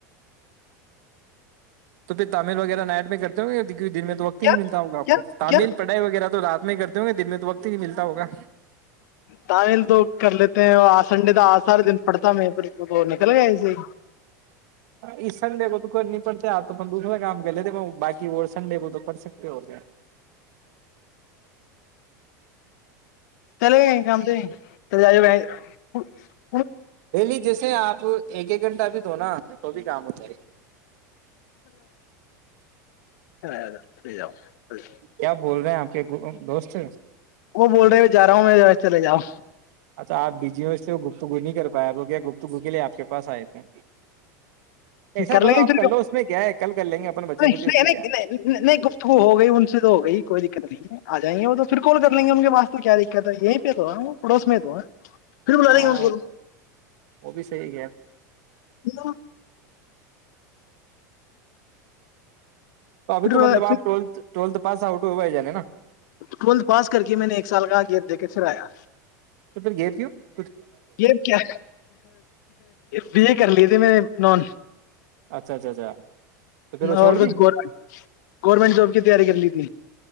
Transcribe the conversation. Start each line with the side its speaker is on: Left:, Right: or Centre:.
Right: تو پھر تامل وغیرہ نائٹ میں کرتے ہو گے دن میں تو وقت
Left: کیا
Right: ہی نہیں ملتا ہوگ آپ
Left: کیا
Right: کو تامل
Left: کیا
Right: پڑھائی وغیرہ تو رات نہیں کرتے ہوں گے دن میں تو وقت ہی نہیں ملتا ہوگا
Left: تل تو کر لیتے ہیں اور آج سنڈے تو آج سارا دن پڑتا ہے م پ وہ تو نکل گیا ایسے ہی
Right: اس سنڈے کو تو کرنی پڑتا آپ تون دوسرا کام کر لیتے باقی وہ سنڈے کو تو پڑھ سکتے ہوگ
Left: چلے گ کم سے چ ج ا
Right: دہلی جیسے آپ وہ ایک ایک گھٹہ ابھی تو ہوناا تو بھی کام ہوتا ہے
Left: اا فری جاؤ اچ
Right: کیا بول رہے ہیں آپ کے دوست
Left: وہ بول رہے جا رہا ہوں میں چلے جاؤ
Right: اچھا آپجی اس سے وہ گفتگو نہیں کر پایا وہ کیا گفتگو کے لیے آپ کے پاس آئے تھے ایسا
Left: کر
Right: کرو
Left: ل
Right: آپ
Left: گھر
Right: لو اس میں کیا ہے کل کر لیں گے اپن بچے
Left: نہیں
Right: کچے اس میں
Left: نہیں
Right: کیا
Left: نہیں نہیں گفتگو ہو گئی ان سے تو ہو گئی کوئی دقت نہیں ہے آ جائیں گے وہ تو پھر کال کر لیں گے ان کے پاس تو کیا دقت ہے یہیں پہ تو پڑوس میں تو ہے پھر بلا
Right: ہاں
Left: لیں گے ان
Right: وہ بھی صی گ
Left: کو
Right: تو ابھی
Left: پھر
Right: تو مطلب آپ ٹویلتھ ٹولت پاس آؤٹ ہوا ہی جانا
Left: ٹویلتھ پاس کر کے میں نے ایک سال کہا کیا دیک کے پھر آیا
Right: تو پھر گے پ ہوں
Left: یہ کیا بی اے کر لیے تھے میں نان
Right: اچھا اچھا اچھا تو پھر وہ چھوڑ
Left: اور
Right: دی
Left: کچھ گ گورنمنٹ جاب کی تیاری کر لی تھی